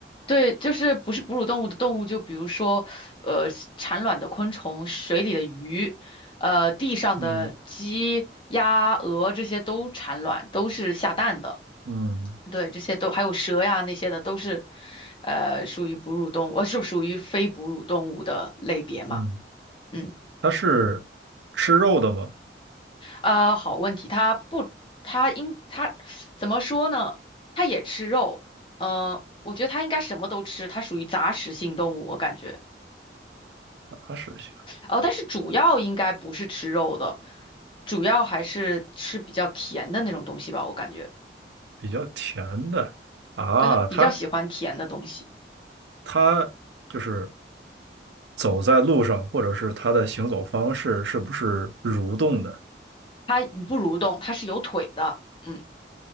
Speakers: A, on the left; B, on the right.
A: 对，就是不是哺乳动物的动物，就比如说，呃，产卵的昆虫、水里的鱼，呃，地上的鸡、
B: 嗯
A: 鸭、鹅这些都产卵，都是下蛋的。
B: 嗯
A: 对，这些都还有蛇呀那些的，都是，呃，属于哺乳动物，<laughs> 呃，是属于非哺乳动物的类别嘛？
B: 嗯，
A: 嗯，
B: 它是吃肉的吗？
A: 呃，好问题，它不，它应它怎么说呢？它也吃肉，嗯、我觉得它应该什么都吃，它属于杂食性动物，我感觉。
B: 杂食性，
A: 哦，但是主要应该不是吃肉的，主要还是吃比较甜的那种东西吧，我感觉，
B: 比较甜的啊。
A: 对，它比较喜欢甜的东西。
B: 它它就是走在路上，或者是它的行走方式是不是蠕动的？
A: 它不蠕动，它是有腿的，嗯